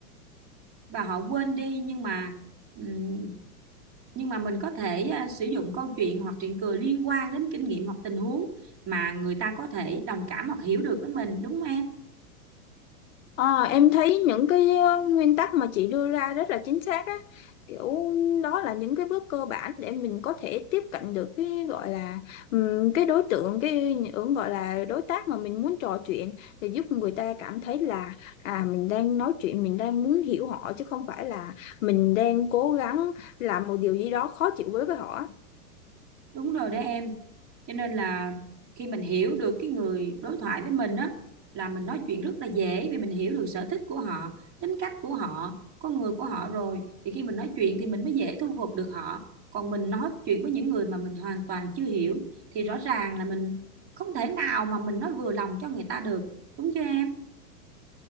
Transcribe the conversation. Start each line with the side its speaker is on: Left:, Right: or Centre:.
Right: và họ quên đi nhưng mà ừm, nhưng mà mình có thể à, sử dụng câu chuyện hoặc chuyện cười liên quan đến kinh nghiệm hoặc tình huống mà người ta có thể đồng cảm hoặc hiểu được với mình đúng không em
Left: Ờ, em thấy những cái ờ, nguyên tắc mà chị đưa ra rất là chính xác á kiểu đó là những cái bước cơ bản để mình có thể tiếp cận được cái gọi là ừm, cái đối tượng cái ứng gọi là đối tác mà mình muốn trò chuyện để giúp người ta cảm thấy là à mình đang nói chuyện mình đang muốn hiểu họ chứ không phải là mình đang cố gắng làm một điều gì đó khó chịu với với họ á.
Right: đúng rồi đấy em cho nên là khi mình hiểu được cái người đối thoại với mình á là mình nói chuyện rất là dễ vì mình hiểu được sở thích của họ tính cách của họ con người của họ rồi thì khi mình nói chuyện thì mình mới dễ thu phục được họ còn mình nói chuyện với những người mà mình hoàn toàn chưa hiểu thì rõ ràng là mình không thể nào mà mình nói vừa lòng cho người ta được đúng chưa em